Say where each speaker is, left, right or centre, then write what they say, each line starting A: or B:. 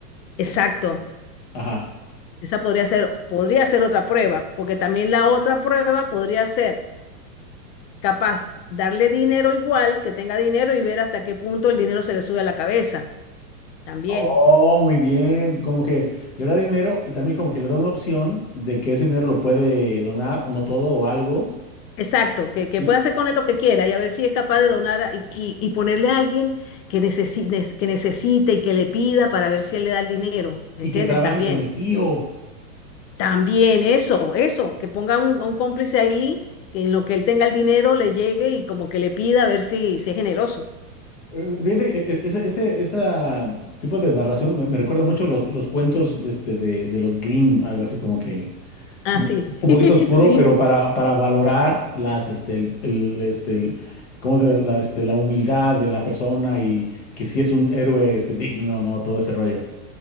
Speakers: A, on the left; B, on the left.
A: Exacto,
B: Ajá.
A: esa podría ser, podría ser otra prueba, porque también la otra prueba podría ser capaz darle dinero igual, que tenga dinero y ver hasta qué punto el dinero se le sube a la cabeza. También.
B: Oh, muy bien. Como que le da dinero y también como que le da una opción de que ese dinero lo puede donar o no todo o algo
A: Exacto, que, que
B: y,
A: pueda hacer con él lo que quiera y a ver si es capaz de donar a- y, y- y ponerle a alguien que necesite, que necesite y que le pida para ver si él le da el dinero, ¿entiendes?
B: y que trabaje
A: También,
B: con el tío.
A: también eso, eso, que ponga un, un cómplice ahí, que en lo que él tenga el dinero le llegue y como que le pida a ver si, si es generoso.
B: Eh, Fíjate, que, eh, ese, ese esa tipo de narración me, me recuerda mucho los, los cuentos de, este, de, de los Grimm, algo así como que
A: Ah,
B: un,
A: sí,
B: un
A: <laughs>
B: poquito oscuro,
A: sí,
B: pero para, para valorar las, este, el, el, este, el- ¿cómo se llama? la, este, la humildad de la persona y que si es un héroe este, digno, no, todo ese rollo.